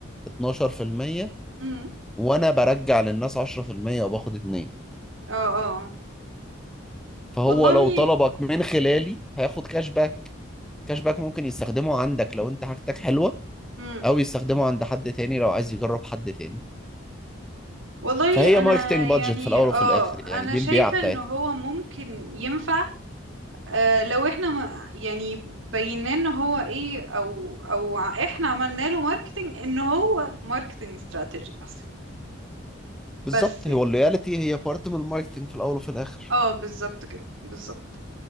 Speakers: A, in the centre; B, on the right.
A: 12%
B: امم
A: وانا برجع للناس 10% وباخد 2
B: اه اه
A: فهو
B: والله
A: لو طلبك من خلالي هياخد كاش باك كاش باك ممكن يستخدمه عندك لو انت حاجتك حلوة
B: امم
A: او يستخدمه عند حد تاني لو عايز يجرب حد تاني
B: والله
A: فهي
B: انا
A: ماركتنج
B: يعني
A: بادجت في الاول
B: اه
A: وفي الاخر
B: انا
A: يعني دي
B: شايفة
A: البيعة بتاعتها
B: ان هو ممكن ينفع آه لو احنا ما يعني بينا ان هو ايه او او ع- احنا عملنا له ماركتنج ان هو ماركتنج استراتيجي اصلا
A: بالظبط
B: بس يعني
A: هو اللويالتي هي بارت من الماركتينج في الاول وفي الاخر
B: اه بالظبط كده بالظبط